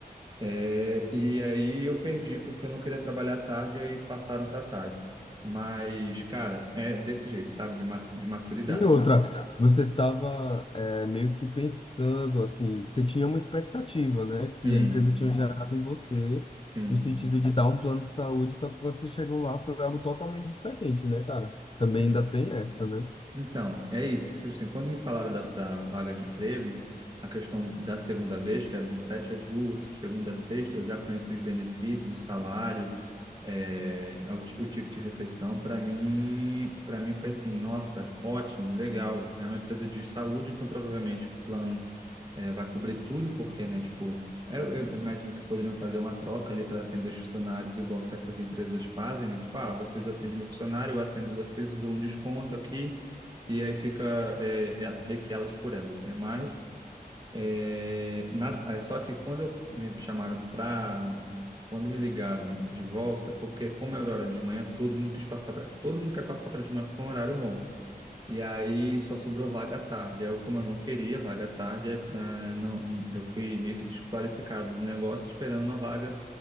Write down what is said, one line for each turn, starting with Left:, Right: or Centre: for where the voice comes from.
Right: É, e aí eu perdi porque eu não queria trabalhar à tarde e passaram para tarde. Mas, cara, é desse jeito, sabe? De, ma- de maturidade.
Left: E outra, você estava meio que pensando, assim, você tinha uma expectativa, né,
Right: Sim,
Left: que a empresa tinha gerado em você,
Right: sim,
Left: no sentido de dar um plano de saúde, só que quando você chegou lá foi algo totalmente diferente, né, cara?
Right: sim.
Left: Também ainda tem essa, né?
Right: Então, é isso. Tipo assim, quando me falaram da, da vaga de emprego, a questão da segunda vez, que era de sete às duas, de segunda a sexta, eu já conheci os benefícios, o salário, eh, o, ti- o ticket de refeição. Para mim, para mim foi assim, nossa, ótimo, legal. É uma empresa de saúde, então provavelmente o plano é, vai cobrir tudo, porque, né, tipo, é, eu, eu imagino que poderiam fazer uma troca ali para atender os funcionários, igual certas empresas fazem, né? Tipo, ah, vocês atendem meu funcionário, eu atendo vocês, eu dou um desconto aqui, e aí fica é, é, meio que elas por elas, né? Mas, é, na- aí só que quando eu, me chamaram para. Quando me ligaram de volta, porque como era hora de manhã, todo mundo quis passar para, todo mundo quer passar para de manhã porque é um horário bom. E aí só sobrou vaga à tarde. Aí Eu, como eu não queria vaga à tarde, eh, ah, não, eu fui meio que desqualificado do negócio esperando uma vaga